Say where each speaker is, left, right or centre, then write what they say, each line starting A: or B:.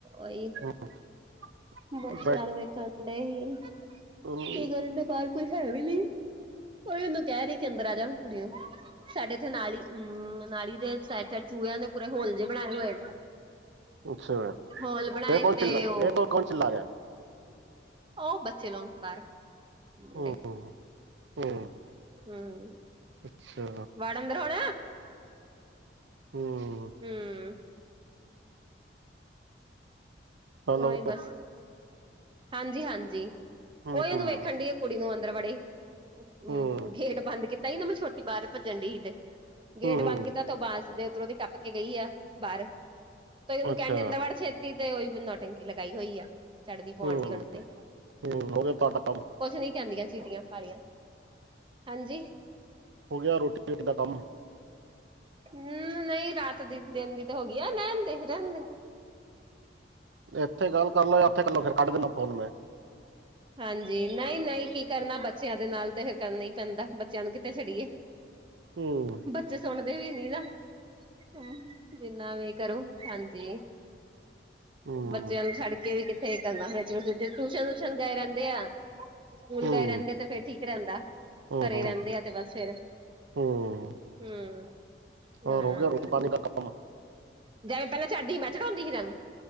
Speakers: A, on the right (about 25°); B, on the right (about 75°).
A: ਓਈ।
B: <inaudible>
A: ਬਸ, ਬੱਚੇਆਂ
B: ਬੈ
A: ਨੂੰ ਵੇਖਣ ਦਏ ਹੀ,
B: ਹੂੰ
A: ਗਲੀ ਦੇ ਬਾਰ ਕੋਈ ਹੈ ਵੀ ਨੀ, ਓਈਯੋ ਤੇ ਕੈਰੀ, ਕਿ ਅੰਦਰ ਆ ਜਾਣ ਕੁੜੀਆਂ ਸਾਡੇ ਏਥੇ ਨਾਲੀ ਹੂੰ, ਨਾਲੀ ਦੇ ਸੈਡ ਚ ਚੂਹਿਆਂ ਨੇ ਪੂਰੇ ਹੋਲ ਜਿਹੇ ਬਣਾਏ ਹੋਏ।
B: ਅੱਛਾ
A: ਹੋਲ ਬਣਾਏ
B: ਇਹ ਕੌਣ
A: ਤੇ
B: ਚਿੱਲਾ
A: ਓ
B: <inaudible>
A: ਓ ਬੱਚੇ ਨੂੰ ਬਾਰ ਮੁੰਡੇ-
B: ਹੂੰ ਹੂੰ।
A: ਹੂੰ,
B: ਅੱਛਾ
A: ਵਾੜ ਅੰਦਰ ਹੋਣ।
B: ਹੂੰ
A: ਹੂੰ।
B: ਹੈਲੋ
A: ਹੋਈ, ਬਸ। ਹਾਂਜੀ-ਹਾਂਜੀ,
B: ਹੂੰ
A: ਓਈਓ
B: ਹੂੰ
A: ਵੇਖਣ ਡਈ ਆ ਕੁੜੀ ਨੂੰ ਅੰਦਰ ਵੜੇ। ਹੂੰ,
B: ਹੂੰ
A: ਗੇਟ ਬੰਦ ਕੀਤਾ ਹੀ ਨਾ ਮੈਂ, ਛੋਟੀ ਬਾਰ ਭੱਜਣ ਡਈ ਹੀ ਤੇ, ਗੇਟ
B: ਹੂੰ
A: ਬੰਦ ਕੀਤਾ ਤੋਂ ਬਾਂਸ ਦੇ ਉਤਰੋਂਦੀ ਟੱਪ ਕੇ ਗਈ ਆ ਬਾਰ, ਤੇ ਓਹਨੂੰ
B: ਅੱਛਾ
A: ਕੈਂਣ ਡਈ ਅੰਦਰ ਵਾੜ ਫੇਰ ਤੀ ਤੇ ਓਈ ਬ ਨੋਟੰਕੀ ਲਗਾਈ ਹੋਈ ਆ, ਸੜਦੀ ਪੋਣ
B: ਹੂੰ
A: ਲਈ ਹੁਣ ਉੱਤੇ।
B: ਹੂੰ ਹੋ ਗਿਆ ਤੁਹਾਡਾ ਕੰਮ
A: ਕੁਛ ਨੀ ਕੈਂਦੀਆਂ ਚੀੜੀਆਂ ਕਾਲੀਆਂ, ਹਾਂਜੀ।
B: ਹੋ ਗਿਆ ਰੋਟੀ-ਰੇਟੀ ਦਾ ਕੰਮ?
A: ਹੂੰ, ਨਈਂ ਰਾਤ ਦੀ ਦਿਨ ਦੀ ਤਾਂ ਹੋ ਗਈ ਆ, ਰੈਣਦੇ-ਰੈਣਦੇ।
B: ਏਥੇ ਗੱਲ ਕਰ ਲਓ ਯਾਂ ਫੇਰ ਓਥੈ ਕੱਟ ਦੇਣਾ ਫੋਨ ਮੈਂ।
A: ਹਾਂਜੀ ਨਈਂ-ਨਈਂ ਕੀ ਕਰਨਾ, ਬੱਚੇਆਂ ਦੇ ਨਾਲ ਤੇ ਫੇਰ ਕਰਨਾ ਈ ਪੈਂਦਾ, ਬੱਚੇਆਂ ਨੂੰ ਕਿੱਥੇ ਛੱੜੀਏ?
B: ਹੂੰ
A: ਬੱਚੇ ਸੋਂਣਦੇ ਵੀ ਨੀ ਨਾ, ਹੂੰ। ਜਿੰਨਾ ਵੀ ਕਰੋ ਹਾਂਜੀ,
B: ਹੂੰ
A: ਬੱਚੇਆਂ ਨੂੰ ਛੱਡ ਕੇ ਵੀ ਕਿੱਥੇ ਕਰਦਾ ਫੇਰ ਟੂਸ਼ਨ-ਵੂਸ਼ਨ ਗਏ ਰੈਂਦੇ ਆ, ਸਕੂਲ
B: ਹੂੰ
A: ਗਏ ਰੈਂਦੇ ਤੇ, ਫੇਰ ਠੀਕ ਰੈਂਦਾ।
B: ਹੋ
A: ਘਰੇ
B: ਹੋ
A: ਰੈਂਦੇ ਆ ਤੇ, ਬਸ ਫੇਰ,
B: ਹੂੰ
A: ਹੂੰ।
B: ਹੋਰ
A: ਹਾਂ,
B: ਹੋ ਗਿਆ ਰੋਟੀ ਪਾਣੀ ਦਾ ਕੰਮ
A: ਜਵੇ ਪੈਲਾਂ ਚੜਦੀ ਹੀਂ, ਮੈਂ ਚੜਾਉਂਦੀ ਸੀ ਤੈਨੂੰ?